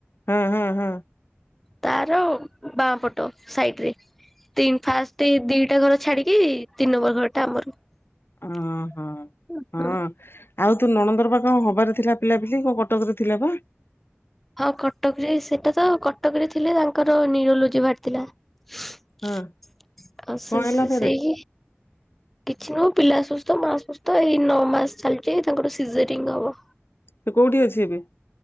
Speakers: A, on the left; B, in the centre.
A: ହୁଁ ହୁଁ ହୁଁ।
B: ତାର ବାଁ ପଟ ସାଇଟ୍ ରେ। ତିନ ଫାଷ୍ଟ୍ ଦିଟା ଘର ଛାଡିକି ତିନି ନମ୍ବର ଘରଟା ଆମର। <unintelligible>
A: ଅହ ହଁ। ଆଉ ତୋ ନଣନ୍ଦର ବା କଣ ହବାର ଥିଲା ପିଲାପିଲି କଣ କଟକରେ ଥିଲା ବା।
B: ହଁ କଟକରେ ସେଟା ତ କଟକରେ ଥିଲେ ତାଙ୍କର ନ୍ୟୁରୋଲୋଜି ବାହାରି ଥିଲା। ଆଉ
A: ହଁ। କଣ
B: ସେ
A: ହେଲା
B: ସେ
A: ଫେରେ
B: ସେଇ। କିଛି ନୁହଁ ପିଲା ସୁସ୍ଥ ମା ସୁସ୍ଥ ଏଇ ନଅ ମାସ ଚାଲିଛି ତାଙ୍କର ସିଜରିଂ ହବ।
A: ସେ କୋଉଠି ଅଛି ଏବେ?